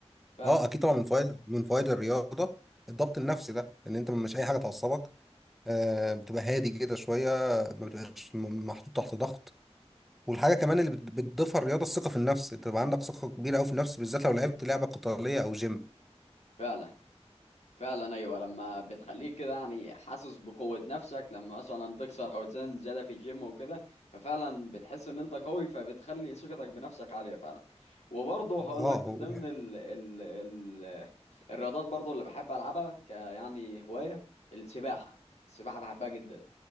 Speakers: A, on the left; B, in the centre.
A: فعلا
B: اه اكيد طبعا من فوائد من فوائد الرياضه الضبط النفسي ده ان انت مش اي حاجه تعصبك آه بتبقى هادي كده شويه ما بتبقاش م- محطوط تحت ضغط والحاجه كمان اللي بت- بتضيفها الرياضه الثقه في النفس انت بقى عندك ثقه كبيره قوي في النفس بالذات لو لعبت لعبه قتاليه او جيم
A: فعلا فعلا ايوه لما بتخليك كده يعني حاسس بقوه نفسك لما مثلا تكسر اوزان زياده في الجيم وكده ففعلا بتحس ان انت قوي فبتخلي ثقتك بنفسك عاليه فعلا وبرضه هقول
B: اه
A: لك
B: و-
A: من ضمن ال ال ال الرياضات برضه اللي بحب العبها ك يعني هوايه السباحه السباحه بحبها جدا